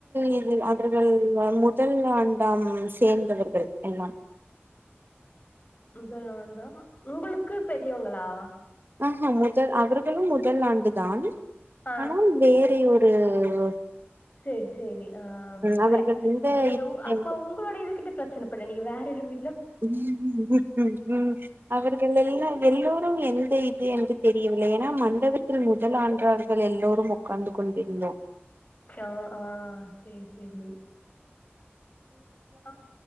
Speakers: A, on the right; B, on the left.
A: இது அவர்கள் முதல் ஆண்டாம் சேர்ந்தவர்கள் எல்லாம்
B: முதலாண்டா உங்களுக்கு பெரியோங்களா
A: அ ஹ முதல் அவர்களும் முதல் ஆண்டு தான்
B: ஆ
A: ஆனால் வேறயோ ரு ஒ
B: சேரி சேரி ஆ,
A: அவர்கள்
B: வெ
A: எந்த
B: நீங்க உ அப்ப
A: இது
B: உங்களோட இது கிட்ட பிரச் பண்ண பண்ண நீங்க வேற ஒரு வீ
A: ம் அவர்கள் எல்லா எல்லோரும் எந்த இது என்று தெரியவில்லை ஏன்னா மண்டபத்தில் முதல் ஆன்றார்கள் எல்லோரும் உட்கார்ந்து கொண்டிருந்தோம்
B: ஆ ஆ சேரி சேரி, ஆ